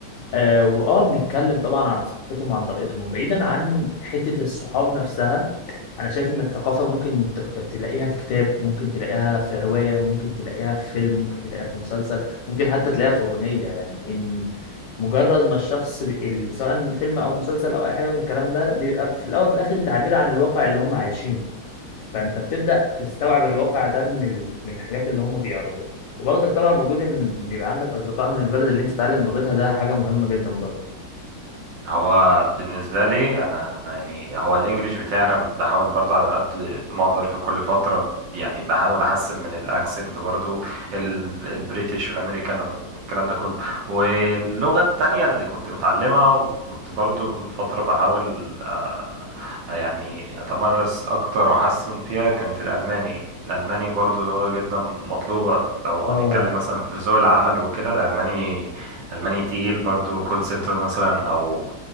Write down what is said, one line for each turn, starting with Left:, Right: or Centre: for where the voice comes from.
Left: آه وآه بنتكلم طبعا عن ثقافتهم وعن طريقتهم وبعيدا عن حتة الصحاب نفسها أنا شايف إن الثقافة ممكن تق- تلاقيها في كتاب ممكن تلاقيها في رواية ممكن تلاقيها في فيلم ممكن تلاقيها في مسلسل ممكن حتى تلاقيها في أغنية يعني إن مجرد ما الشخص ب- ال- سواء فيلم أو مسلسل أو أي حاجة من الكلام ده بيبقى في الأول وفي الآخر تعبير عن الواقع اللي هم عايشينه فأنت بتبدأ تستوعب الواقع ده من ال... من الحاجات اللي هم بيعرضوها وبرضك طبعا وجود ان إن يبقى عندك اصدقاء من البلد اللي انت تتعلم لغتها ده حاجه مهمه جدا برضه
Right: هو بالنسبة لي أنا يعني هو الإنجليش بتاعنا بحاول برضو على قد ما أقدر في كل فترة يعني بحاول أحسن من الأكسنت برضو ال- البريتش والأمريكان والكلام ده كله واللغة التانية اللي كنت متعلمها وكنت برضو من فترة بحاول آه، يعني أتمرس أكتر وأحسن فيها كانت الألماني الألماني برضو لغة جدا مطلوبة لو
Left: اه
Right: هنتكلم مثلا في سوق العمل وكده الألماني ألماني تقيل برضو كول سنتر مثلا أو